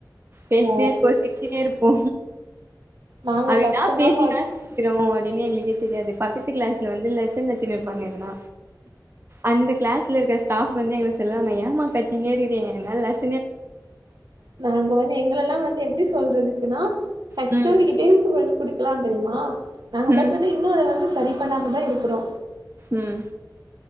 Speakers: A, on the right (about 35°); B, on the right (about 75°).
A: பேசினே
B: ஓ
A: இருப்போ, சிரிச்சினே இருப்போ
B: நாங்க
A: அப்டி
B: கத்தலா
A: என்னா பேசி
B: மாட்
A: என்னா சிரிக்கிறோ அப்டின்னு எங்களுக்கே தெரியாது பக்கத்து கிளாஸ்ல வந்து லெசன் எத்துனுருப்பாங்க எதுனா அந்த கிளாஸ்ல இருக்க ஸ்டாஃப் வந்து எங்கள சொல்லுவாங்க ஏமா கத்தினே இருக்குறீங்க எங்களால லெஸ
B: நாங்க வந்து எங்கலெல்லா வந்து எப்டி சொல்றதுக்குன்னா ஹச்
A: ம்
B: ஓ டி கிட்டயு ஸ் கொண்டு குடுக்கலா தெரியுமா, நாங்க
A: ம்
B: பட் வந்து இன்னு அத வந்து சரி பண்ணாமதா இருக்குறோ
A: ம்